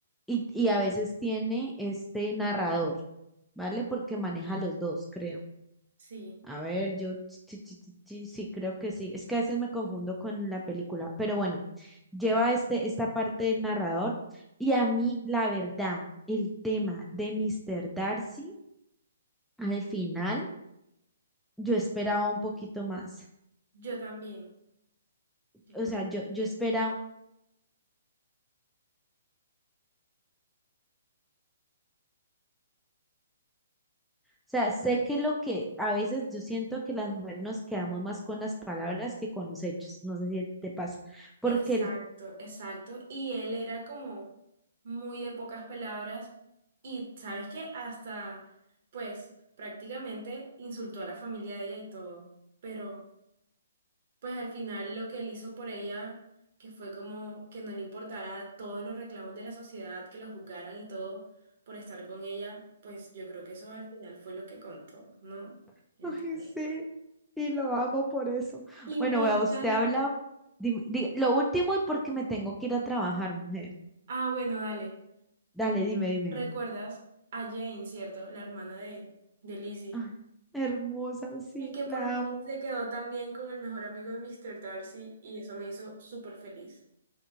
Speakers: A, in the centre; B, on the right (about 55°).
A: Y, y a veces tiene este narrador, ¿vale? Porque maneja los dos, creo.
B: sí,
A: A ver, yo sí, sí, sí, sí, sí, creo que sí. Es que a veces me confundo con la película, pero bueno, lleva este, esta parte del narrador y a mí, la verdad, el tema de Mr. Darcy al final. yo esperaba un poquito más.
B: yo también, yo
A: O
B: también.
A: sea, yo, yo esperaba, o sea, sé que lo que a veces yo siento que las mujeres nos quedamos más con las palabras que con los hechos. No sé si te pasa, porque
B: Exacto,
A: el,
B: exacto. Y él era como muy de pocas palabras y sabes que hasta, pues prácticamente insultó a la familia de ella y todo. Pero pues al final lo que él hizo por ella, que fue como que no le importara todos los reclamos de la sociedad, que lo juzgaran y todo por estar con ella, pues yo creo que eso al final fue lo que contó, ¿no?
A: <laughs>
B: En
A: Ay,
B: toda la
A: sí,
B: historia.
A: y lo amo por eso.
B: Y
A: bueno,
B: me
A: vea,
B: encanta.
A: usted habla, dime- di- lo último y porque me tengo que ir a trabajar, mujer.
B: Ah, bueno, dale.
A: Dale, dime, dime.
B: ¿Recuerdas a Jane, cierto? La hermana de, de Lizzie.
A: Ay, hermosa, sí,
B: Y que por
A: la
B: fin
A: amo.
B: se quedó también con el mejor amigo de Mr. Darcy y eso me hizo súper feliz.